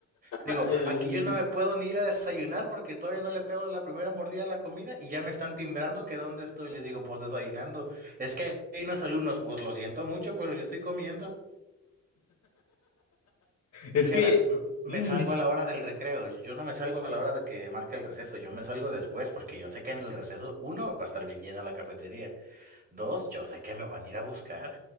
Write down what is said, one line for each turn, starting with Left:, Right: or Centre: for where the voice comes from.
Right: Digo,
Left: Ay, Dios
Right: aquí
Left: mío.
Right: yo no me puedo ni ir a desayunar porque todavía no le pego la primera mordida a la comida y ya me están timbrando que dónde estoy. Les digo, pues desayunando. Es que hay unos alumnos, pues lo siento mucho, pero yo estoy comiendo. Dijeras,
Left: Es que.
Right: "M- me
Left: mm,
Right: salgo a la hora del recreo. Yo no me salgo a la hora de que marque el receso. Yo me salgo después porque yo sé que en el receso, uno, va a estar bien llena la cafetería. Dos, yo sé que me van a ir a buscar.